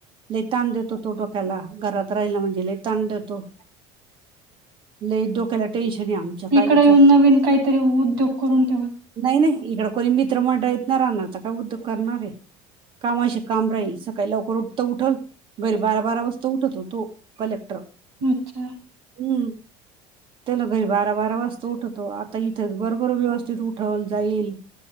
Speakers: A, on the right; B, on the right.
A: लैताण देतो तो डोक्याला घरात राहिला म्हणजे लताण देतो. लई डोक्याला टेन्शन आहे आमचा काय
B: इकडे
A: विचार
B: येऊन नवीन काहीतरी उद्योग करून ठेवा
A: नाही नाही इकड कोणी मित्र मंडळ येतणार अना तर काय उद्योग करणार आहे. कामाशी काम राहील सकाळी लव कोोट तर उठल घरी बारा बारा वाजता उठत होतो कलेक्टर
B: अच्छा
A: हम्म त्यान घरी बारा बारा वाज तो उठतो आता इथे बरबर व्यवस्थित उठवल जाईल.